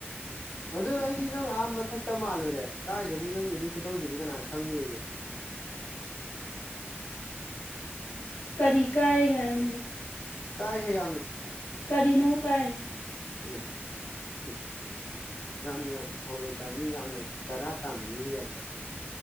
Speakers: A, on the left; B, on the left.
A: ꯑꯗꯨ ꯑꯩꯗꯤ ꯅꯪ ꯑꯥ ꯃꯊꯛꯇ ꯃꯥꯜꯂꯨꯔꯦ ꯀꯗꯥꯥꯏꯗꯒꯤ ꯅꯪꯒꯤ ꯑꯗꯨꯒꯤ ꯈꯨꯇꯧꯗꯨꯗꯤ ꯀꯅꯥ ꯈꯪꯅꯤꯒꯦ
B: ꯀꯔꯤ ꯀꯥꯏꯔꯒꯦ ꯍꯥꯏꯕꯅꯤꯗ
A: ꯀꯥꯏ ꯍꯦ ꯌꯥꯝꯅ
B: ꯀꯔꯤꯅꯣ ꯀꯥꯏꯁꯦ
A: ꯑꯦ ꯍꯝ ꯌꯥꯝꯅ ꯊꯧ ꯂꯩꯇꯕ ꯃꯤ ꯌꯥꯝꯅ ꯆꯔꯥ ꯇꯥꯟꯕ ꯃꯤꯒꯤ ꯇꯥ꯭ꯌꯞꯇ